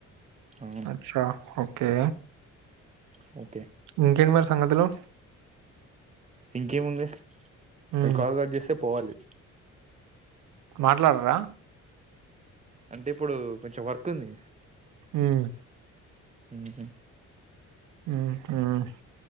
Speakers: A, on the right (about 25°); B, on the right (about 90°).
A: ఆ
B: అచ్చా ఓకే
A: అ
B: ఇంకేంటి మ సంగతులు
A: ఇంకేముంది
B: ఉమ్
A: మీరు కాల్ కట్ చేస్తే పోవాలి
B: మాట్లాడరా
A: అంటే ఇప్పుడు కొంచెం వర్క్ ఉంది
B: హ్మ్మ్
A: హ్మ్మ్
B: హ్మ్మ్